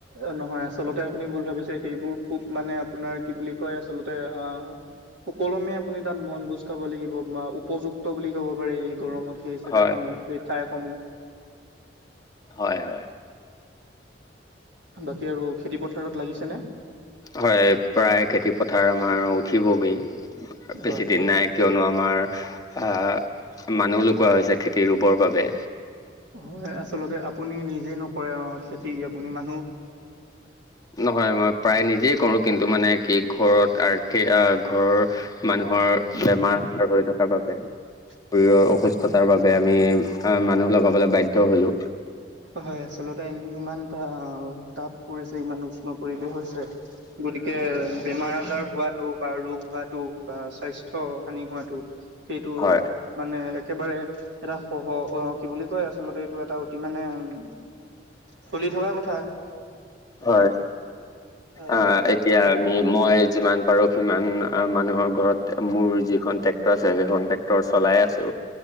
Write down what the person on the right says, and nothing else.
অ নহয় আচলতে আপুনি ভুল ভাবিছে সেইবোৰ খুব মানে আপোনাৰ কি বুলি কয় আচলতে আ- সুকলমে আপুনি তাত বনভোজ খাব লাগিব বা উপযুক্ত বুলি ক'ব পাৰি। গৰমত সেই জেগা
সমূহ
সেই ঠাইসমূহ।
বাকী আৰু খেতি পথাৰত লাগিছেনে।
হয় হয়।
হয় আচলতে আপুনি নিজে নকৰে খেতি আপুনি মা।
<inaudible>
হয়
হয়।
হয় আচলতে ইমান এটা তাপ পৰিছে ইমান উষ্ণ পৰিৱেশ হৈছে গতিকে বেমাৰ আজাৰ হোৱাাটো বা ৰোগ হোৱাটো বা সাইথ স্বাস্থ্য হানি হোৱাটো সেইটো
মানে একেবাৰে এটা সহ আহ কি বুলি কয় আচলতে এইটো এটা অতি মানে উ চলি থকা কথা
হয়